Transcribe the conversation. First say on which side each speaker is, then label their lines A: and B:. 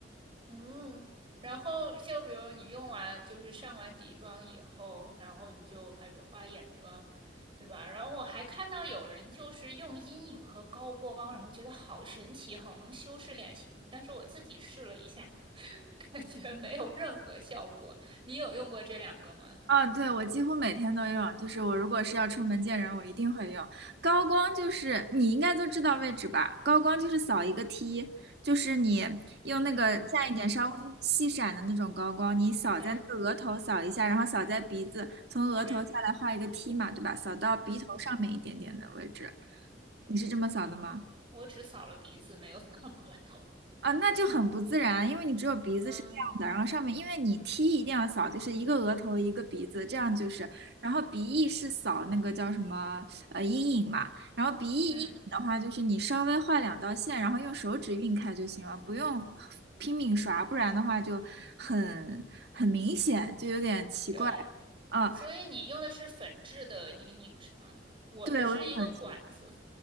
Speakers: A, on the right (about 30°); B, on the right (about 65°).
A: 嗯，然后就比如你用完就是上完底妆以后，然后你就开始画眼妆，对吧？然后我还看到有人就是用阴影和高光，然后觉得好神奇，好能修饰脸型。但是我自己试了一下，<laughs> 感觉没有任何效果。你有用过这两个吗？
B: 啊，对，我几乎每天都用，就是我如果是要出门见人，我一定会用。高光就是你应该都知道位置吧？高光就是扫一个 T，就是你用那个蘸一点稍微细闪的那种高光，
A: 嗯，
B: 你扫在那个额头扫一下，
A: 对
B: 然后扫在鼻子，从额头下来画一个
A: 对，
B: T 嘛，对吧？扫到鼻头上面一点点的位置，
A: 嗯，
B: 你是这么扫的吗？
A: 我只扫了鼻子，没有扫额头。
B: 啊，那就很不自然啊，因为你只有鼻子是亮的，
A: 嗯
B: 然后上面，因为你 T 一定要扫，就是一个额头一个鼻子，这样就是，然后鼻翼是扫那个叫什么呃阴影嘛，然后鼻翼阴影的话，
A: 嗯，
B: 就是你稍微画两道线，然后用手指晕开就行了，不用拼命刷，不然的话就很很明显，就有点奇怪。
A: 对。
B: 嗯，
A: 所以你用的是粉质的阴影是吗？我的是一个管子，
B: 对，我用粉。